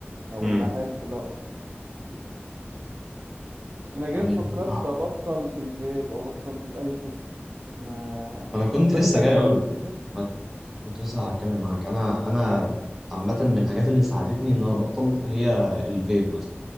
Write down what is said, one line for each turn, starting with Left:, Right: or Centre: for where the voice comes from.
Right: او
Centre: مم.
Right: ولا حياتي كلها اصلا انا جيت
Centre: يعني
Right: فكرت
Centre: ه-
Right: ابطل بالفيب ابطل بالايكوس ما
Centre: ما انا كنت
Right: فانت
Centre: لسه
Right: انت
Centre: جاي اقول
Right: جربت
Centre: لك
Right: الفيب
Centre: ما كنت لسه هتكلم معاك انا انا عامه من الحاجات اللي ساعدتني ان انا ابطل هي الفيب مثلا